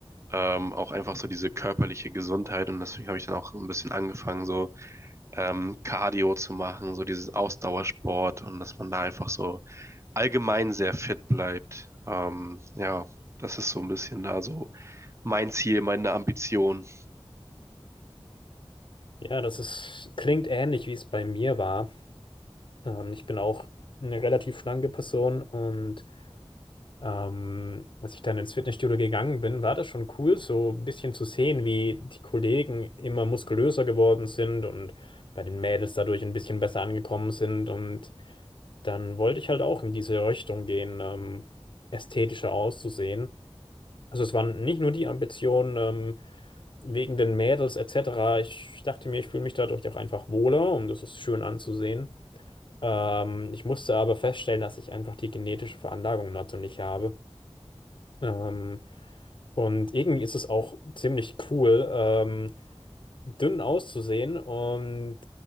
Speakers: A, on the right; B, on the left.
A: ähm, auch einfach so diese körperliche Gesundheit und deswegen habe ich dann auch ein bisschen angefangen, so ähm, Cardio zu machen, so dieses Ausdauersport und dass man da einfach so allgemein sehr fit bleibt. Ähm, ja, das ist so ein bisschen da so mein Ziel, meine Ambition.
B: Ja, das ist, klingt ähnlich, wie es bei mir war. Ähm, ich bin auch eine relativ schlanke Person und ähm, als ich dann ins Fitnessstudio gegangen bin, war das schon cool, so ein bisschen zu sehen, wie die Kollegen immer muskulöser geworden sind und bei den Mädels dadurch ein bisschen besser angekommen sind und dann wollte ich halt auch in diese Richtung gehen, ähm, ästhetischer auszusehen. Also es waren nicht nur die Ambitionen ähm, wegen den Mädels etc. Ich dachte mir, ich fühle mich dadurch auch einfach wohler und das ist schön anzusehen. Ähm, ich musste aber feststellen, dass ich einfach die genetische Veranlagung dazu nicht habe. Ähm, und irgendwie ist es auch ziemlich cool, ähm, dünn auszusehen und